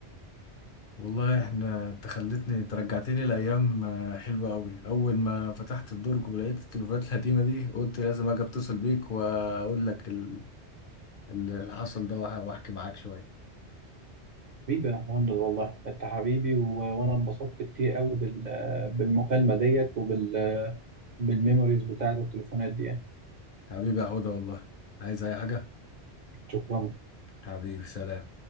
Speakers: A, on the left (about 60°); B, on the right (about 55°).
A: والله احنا انت خلتني ترجعتني لأيام آه، حلوة أوي أول ما فتحت الدرج ولقيت التليفونات القديمة دي قلت لازم أجي أتصل بيك وأقول لك ال- اللي حصل ده وأح- وأحكي معاك شوية
B: حبيبي يا مهند والله انت حبيبي و... وانا اتبسطت كتير قوي بال... بالمكالمه ديت وبال بالميموريز بتاعت التليفونات دي يعني.
A: حبيبي يا هدى والله عايز أي حاجة
B: شكرا
A: حبيبي سلام